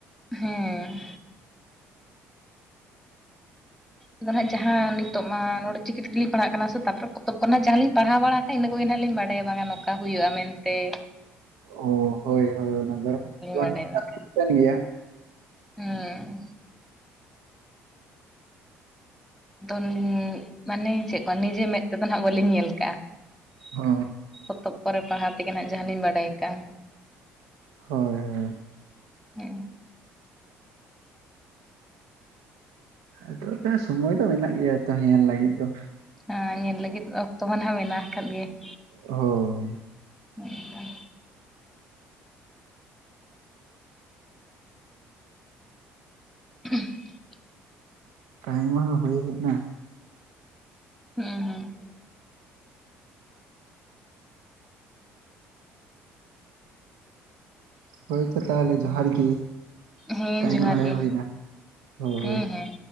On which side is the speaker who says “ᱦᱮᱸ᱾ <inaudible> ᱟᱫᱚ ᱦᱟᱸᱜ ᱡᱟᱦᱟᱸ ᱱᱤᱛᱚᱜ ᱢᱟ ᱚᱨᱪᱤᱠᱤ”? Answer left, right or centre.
Centre